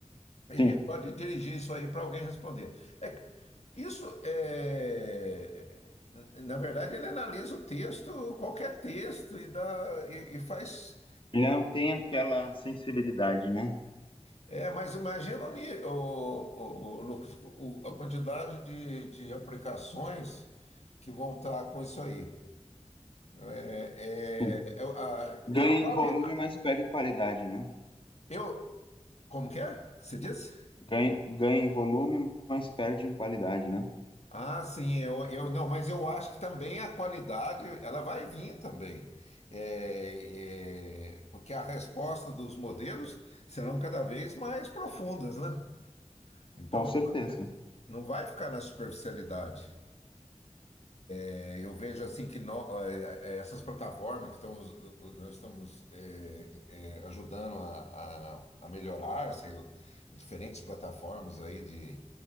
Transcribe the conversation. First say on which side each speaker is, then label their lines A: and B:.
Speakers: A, on the left; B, on the left.
A: ele
B: sim.
A: pode dirigir isso aí para alguém responder. É que isso é. Na verdade, ele analisa o texto, qualquer texto, e, dá, e, e faz.
B: Ele não tem aquela sensibilidade, né?
A: É, mas imagina o, ni- o, o, o Lucas, o- a quantidade de, de aplicações que vão estar com isso aí. É,
B: Sim.
A: é, Eu, a,
B: Ganha
A: a própria,
B: em volume, mas perde em qualidade, né?
A: eu, como que é? que Você disse?
B: Ganha, ganha em volume, mas perde em qualidade, né?
A: Ah, sim, eu, eu não, mas eu acho que também a qualidade ela vai vir também. É, é, porque a resposta dos modelos serão cada vez mais profundas, né? Então,
B: Com certeza.
A: não vai ficar na superficialidade. É, Eu vejo assim que nó- eh, eh, essas plataformas que estamos, nós estamos eh, eh, ajudando a, a, a melhorar, sei lá, diferentes plataformas aí de,